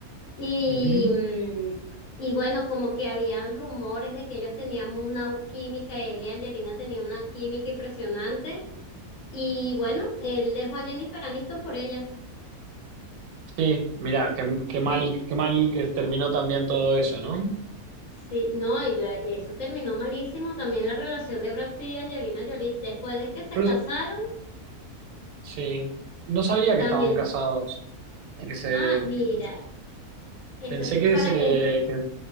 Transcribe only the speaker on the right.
Ujú.
Sí, mira, qué, qué
mal, qué mal que terminó también todo eso, ¿no?
Pero
eso- sí, no sabía
que estaban casados y que se
que-
pensé
que
se
que,